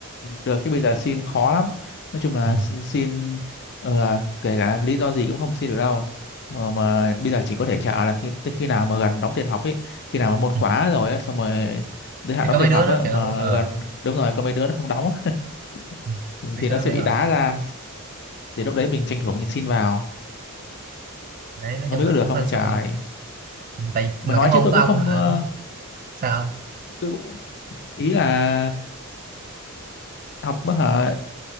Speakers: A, on the left; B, on the right.
A: được chứ bây giờ xin khó lắm nói chung là
B: ừ.
A: x- xin ờ, kể cả lý do gì cũng không xin được đâu mà mà bây giờ chỉ có thể chờ là khi tới khi nào mà gần đóng tiền học ấy khi nào mà môn khóa
B: ừ.
A: rồi á xong rồi tới hạn
B: thì
A: đóng
B: có mấy
A: tiền
B: đứa
A: học
B: nó
A: á
B: kiểu
A: mà
B: ờ
A: gần đúng rồi có mấy đứa nó không đóng á,
B: ừ,
A: thì,
B: biết
A: thì
B: cái
A: nó
B: đó
A: sẽ
B: biết
A: bị
B: rồi
A: đá ra thì lúc đấy mình tranh thủ mình xin vào
B: đấy nói
A: không
B: chung
A: biết
B: là
A: có
B: cũng
A: được
B: hơi
A: không
B: xui
A: trời
B: tại
A: mà
B: mà
A: nói
B: cái môn
A: chứ tôi
B: của
A: cũng
B: ông
A: không
B: hả?
A: ờ,
B: sao
A: tôi cũng ý là học á hả